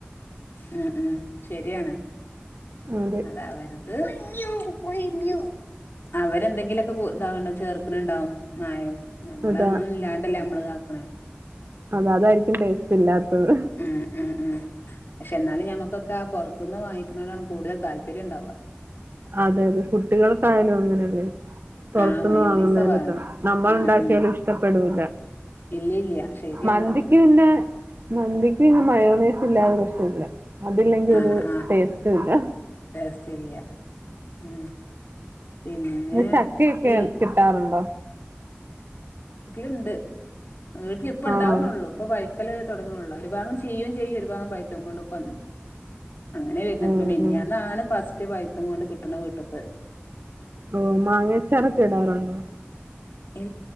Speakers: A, on the left (about 60°); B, on the right (about 60°).
A: ഉം ഉം ശരിയാണ്
B: അതെ
A: അതാ വര <unintelligible> അവ എന്തെങ്കിലൊക്കെ ഇതോ ചേ ക്ക്ണുണ്ടാവും മായം നമ്മളൊന്നും
B: അതാ
A: ഇല്ലാണ്ടല്ലേ നമ്മള് ഇതാക്കണേ
B: അത അതായിരിക്കും ടേസ്റ്റ് ഇല്ലാത്തത്
A: ഉം ഉം ഉം പക്ഷെ എന്നാലും ഞമ്മക്കൊക്കെ പുറത്തുന്ന് വാങ്ങിക്കുന്നതാണ് കൂടുതൽ താല്പര്യം ഉണ്ടാവുക
B: അതെ അതെ കുട്ടികൾക്കായാലും അങ്ങനെയല്ലേ പുറത്തുന്ന്
A: ആഹ് മയോണീസ
B: വാങ്ങുന്നതിന്റെതാ
A: വേണം
B: നമ്മൾ
A: ഉം
B: ഉണ്ടാക്കിയാല്
A: ഉം
B: ഇഷ്ടപ്പെടുല്ല
A: ഇല്ല ഇല്ല ശരിയാണ്
B: മന്തിക്ക്
A: പറഞ്ഞത്
B: പിന്നെ മന്തിക്ക് പിന്നെ മയോണയ്സ് ഇല്ലാത പറ്റൂല അതില്ലെങ്കി
A: ആഹ്
B: ഒരു
A: ആഹ്
B: ടേസ്റ്റും ഇല്ല
A: ടേസ്റ്റ് ഇല്ല ഉം പിന്നെ
B: ന്നെ ചക്കയൊക്കെ
A: ഈ
B: കിട്ടാറുണ്ടോ
A: ഇണ്ട് വീട്ടിലിപ്പ ഇണ്ടാവ്ണെള്ളു
B: ആഹ്
A: ഇപ്പൊ പയിക്കല് തുടങ്ങണുള്ളൂ ഒരു ഭാഗം ചീയുംചെയ്യും ഒരു ഭാഗം പയ്ത്തുംകൊണ്ട് അങ്ങനെ വരുന്നത്
B: ഉം
A: ഇപ്പ മിനിഞ്ഞാന്നാണ്
B: ഉം
A: ഫസ് പയ്ത്തും കൊണ്ട് കിട്ടണ വീട്ടത്തെ
B: ഓ മാങ്ങഅച്ചാറോക്കെ ഇടാറുണ്ടോ
A: ഈ